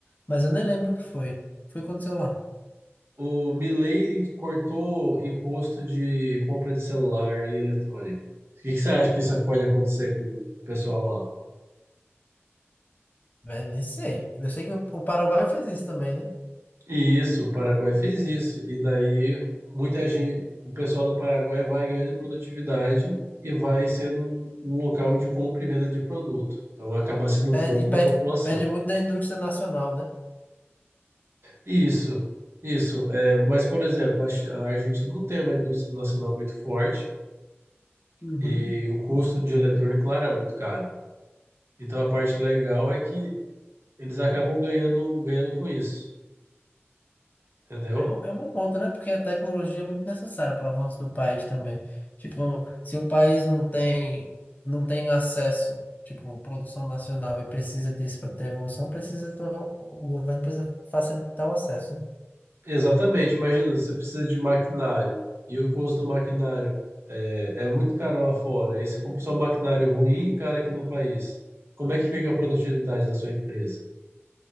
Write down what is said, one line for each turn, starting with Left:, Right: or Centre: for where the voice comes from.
Left: mas eu nem lembro o que foi. Foi o que aconteceu lá.
Right: o Milei cortou imposto de compra de celular e eletrônico. O que que você acha que isso pode acontecer com o pessoal lá?
Left: Véi, nem sei. Eu sei que o, o Paraguai faz isso também, né?
Right: E isso, o Paraguai fez isso. E daí muita gente, o pessoal do Paraguai vai ganhando produtividade e vai sendo um, um local de compra e venda de produto. Então acaba sendo
Left: É,
Right: bom
Left: e
Right: para
Left: pede,
Right: a população.
Left: pede muito da indústria nacional, né?
Right: Isso, isso. É, mas, por exemplo, a, Chi- a Argentina não tem uma indústria nacional muito forte
Left: Uhum.
Right: e o custo de eletrônico lá era muito caro. Então a parte legal é que eles acabam ganhando, ganhando com isso, entendeu?
Left: É, um- é um bom ponto, né? Porque a tecnologia é muito necessária para o avanço do país também. Tipo, se o país não tem, não tem acesso, tipo, produção nacional e precisa disso para ter evolução, precisa, então, o governo precisa facilitar o acesso, né?
Right: Exatamente, imagina, você precisa de maquinário e o custo do maquinário é, é muito caro lá fora. Aí você compra só um maquinário ruim e caro aqui no país. Como é que fica a produtividade da sua empresa?